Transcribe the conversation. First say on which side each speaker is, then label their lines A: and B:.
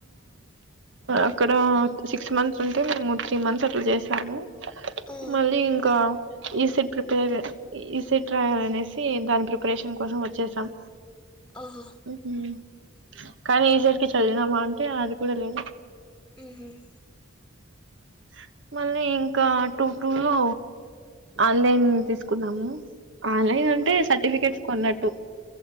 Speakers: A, on the right (about 65°); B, in the centre.
A: అక్కడ సిక్స్ మంత్స్ ఉంటే మేము త్రీ మంత్స్ అట్ల చేసాము
B: ఆ
A: మళ్లి ఇంక్ ఈ సట్ ప్రిపేర్ ఈసట్ రాయలి అనేసి దాని ప్రిపరేషన్ కోసం వచ్చేసాం
B: ఓహో
A: హ్మ్ హ్మ కానీ ఈసట్ కి చదివినామా అంటే అది కూడా లేదు
B: హ్మ్
A: అ మళ్ళీ ఇంకా టూ టూ లో ఆన్లైన్ తీసుకున్నాము ఆన్లైన్ అంటే సర్టిఫికేట్స్ కొన్నట్టు